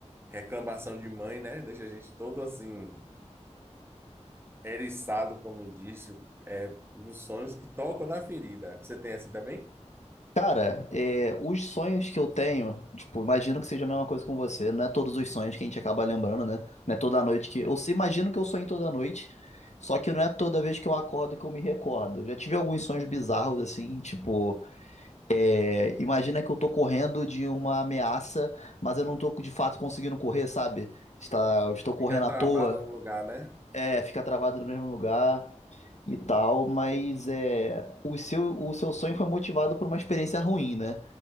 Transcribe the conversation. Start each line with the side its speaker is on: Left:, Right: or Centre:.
Right: reclamação de mãe, né? Deixa a gente todo assim eriçado, como disse, é, nos sonhos que tocam na ferida. Você tem assim também?
Left: Cara, é, os sonhos que eu tenho, tipo, imagino que seja a mesma coisa com você. Não é todos os sonhos que a gente acaba lembrando, né? Não é toda noite que. Eu se imagino que eu sonho toda noite, só que não é toda vez que eu acordo que eu me recordo. Já tive alguns sonhos bizarros, assim, tipo, é, imagina que eu tô correndo de uma ameaça, mas eu não tô de fato conseguindo correr, sabe? Está, eu estou correndo
Right: Fica travado
Left: à toa.
Right: no lugar, né?
Left: é, fica travado no mesmo lugar e tal, mas é, o seu, o seu sonho foi motivado por uma experiência ruim, né?